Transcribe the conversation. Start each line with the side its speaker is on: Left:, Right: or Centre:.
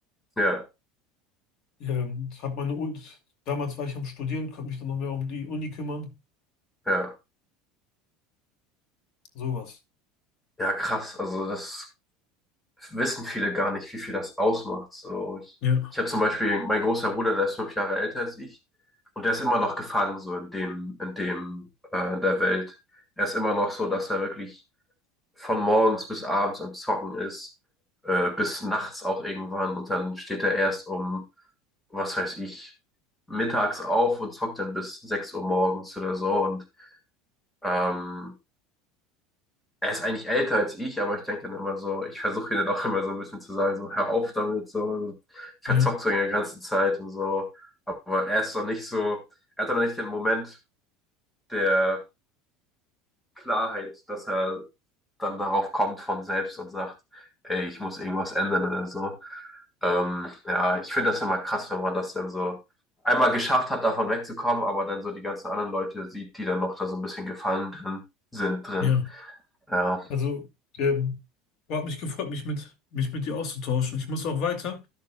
Centre: Ja,
Left: Ähm, habe meine Uni, damals war ich am Studieren, konnte mich dann noch mehr um die Uni kümmern,
Centre: ja,
Left: sowas.
Centre: ja, krass. Also das wissen viele gar nicht, wie viel das ausmacht. So, ich,
Left: Ja,
Centre: ich habe zum Beispiel mein großer Bruder, der ist fünf Jahre älter als ich und der ist immer noch gefangen so in dem, in dem, äh, in der Welt. Er ist immer noch so, dass er wirklich von morgens bis abends am Zocken ist, äh, bis nachts auch irgendwann und dann steht er erst um, was weiß ich, mittags auf und zockt dann bis 6 Uhr morgens oder so und ähm, er ist eigentlich älter als ich, aber ich denke dann immer so, ich versuche ihn dann auch immer so ein bisschen zu sagen, so hör auf damit, so ich
Left: ja,
Centre: verzock so in der ganzen Zeit und so, aber er ist noch nicht so, er hat doch noch nicht den Moment der Klarheit, dass er dann darauf kommt von selbst und sagt, ey, ich muss irgendwas ändern oder so. Ähm, ja, ich finde das immer krass, wenn man das dann so einmal geschafft hat, davon wegzukommen, aber dann so die ganzen anderen Leute sieht, die dann noch da so ein bisschen gefallen drin sind drin.
Left: ja.
Centre: Ja,
Left: Also, ähm, hat mich gefreut, mich mit, mich mit dir auszutauschen. Ich muss auch weiter.